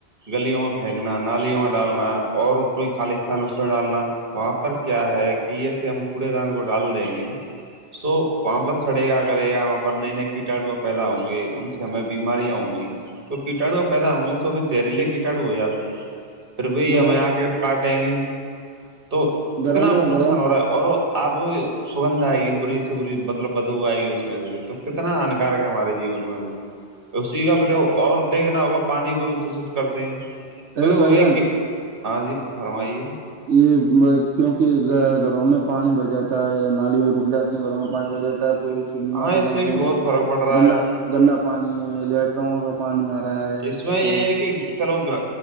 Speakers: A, on the right (about 55°); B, on the right (about 85°).
A: گلیوں میں پھینکنا نالیوں میں ڈالنا اور کوئی خالیستتان اس میں ڈالنا وہاں پر کیا ہے کہ یہسے ہم کوڑے دان کو ڈال دیں گے سو وہاں پر سڑے گا کرے گا وہاں پر نئے نئے کیٹاڑوا پیدا ہوں گے ان سے ہمیں بیماریاں ہوں گی جو کیٹاڑو کا پیدا ہوں گے تو ابھی جہریلے کیٹاڑو ہو جاتے ہیں پھر بھ
B: گھروں
A: ہمیں آک کاٹیں گے تو
B: گھروں
A: کتنا
B: میں گھروں
A: نقصان
B: میں
A: ہو رہا ہے اور اب سگندھ آئے گی بری سے بری مطلب بدو آئے گی اس میں سے تو کتنا ہانکارک ہے ہمارے جیون میں وہ
B: ہاں <inaudible>
A: اسی کا پھر اور گا پانی کو بھی دشت کرتے ہیں
B: ہیلو
A: وہی
B: بھائی جان
A: کہ ہاں جی فرمائیے
B: یہ کیوںک گھروں میں پانی بھر جاتا ہے نالیوں رک جاتا گھروں میں پانی بھر جاتا ہے تو اس سے بیماری
A: ہاں اس
B: بن
A: سے
B: رہی
A: بھی بہت
B: ہے
A: فرق پڑ رہا
B: گندا
A: ہے
B: گندا پانی ہے لیٹ کٹراؤ کا پانی آ رہا ہے
A: اس میں یہ
B: اور
A: ہے چلو گگر